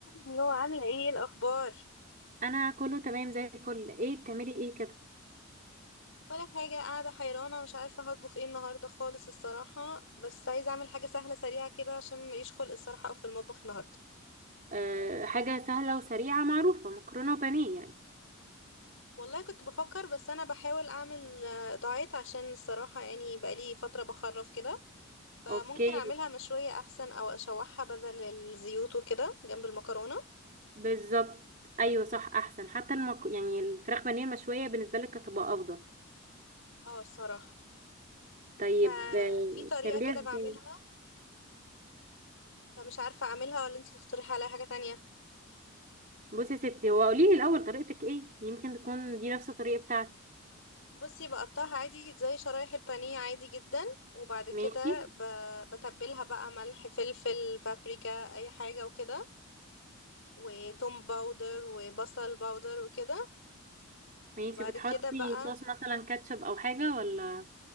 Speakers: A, on the left; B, on the right.
A: اللي هو عاملة ايه إيه الأخبار
B: انا كله تمام زي الفل ايه بتعملي ايه كده
A: ولا حاجة قاعدة حيرانة ومش عارفة هطبخ ايه النهاردة خالص الصراحة بس عايزة أعمل حاجة سهلة سريعة كده عشان ماليش خلق الصراحة أو في المطبخ النهاردة
B: أه حاجه سهله وسريعه معروفه مكرونه وبانيه يعني
A: والله كنت بفكر بس أنا بحاول أعمل آه، دايت عشان الصراحة يعني بقالي فترة بخرف كده فممكن
B: اوكي
A: أعملها مشوية أحسن أو أشوحها بدل الزيوت وكده جنب المكرونة
B: بالظبط ايوه صح احسن حتى المك... يعني الفراخ بانيه المشويه بالنسبه لك هتبقى افضل
A: اه الصراحة
B: طيب
A: ففي
B: آه،
A: طريقة
B: بتعمليها
A: كده
B: ازاي
A: بعملها فمش عارفة أعملها ولا انتي تقترحي عليا حاجة تانية
B: بصي يا ستي هو قولي لي الاول طريقتك ايه يمكن تكون دي نفس الطريقه بتاعتي
A: بصي بقطعها عادي زي شرايح البانيه عادي جدا وبعد كده
B: ماشي
A: ب- بتبلها بقى ملح فلفل بابريكا اي حاجة وكده وتوم باودر وبصل باودر وكده
B: ماشي
A: وبعد
B: بتحطي
A: كده بقى
B: صوص مثلا كاتشب او حاجه ولا